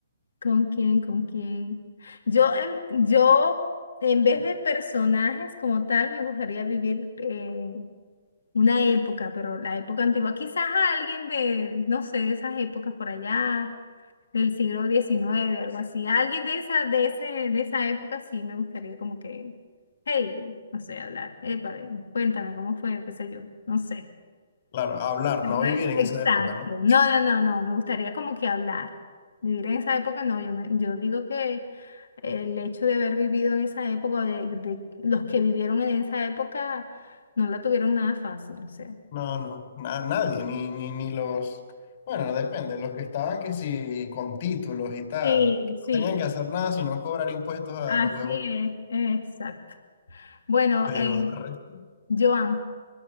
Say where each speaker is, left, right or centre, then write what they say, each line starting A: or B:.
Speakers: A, on the left; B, on the left.
A: ¿con quién? ¿Con quién? Yo en, yo, en vez de personajes como tal, me gustaría vivir eh, una época, pero la época antigua. Quizás a alguien de, no sé, de esas épocas por allá, del siglo diecinueve algo así. Alguien de esa, de ese, de esa época sí me gustaría como que, hey, no sé, hablar. Eh, cuéntame cómo fue, qué sé yo, no sé.
B: Claro, hablar,
A: Después,
B: no vivir en
A: exacto.
B: esa época, ¿no?
A: No, no, no, no. Me gustaría como que hablar. Vivir en esa época, no. Yo, me- yo digo que el hecho de haber vivido en esa época, o de, de los que vivieron en esa época, no la tuvieron nada fácil, o sea.
B: No, no, na- nadie, ni, ni, ni los, bueno, depende, los que estaban que sí, con títulos y tal,
A: Sí,
B: que no
A: sí,
B: tenían que hacer nada sino cobrar impuestos a
A: así
B: los huevos,
A: es, exacto. Bueno,
B: pero
A: eh,
B: de resto,
A: Joan,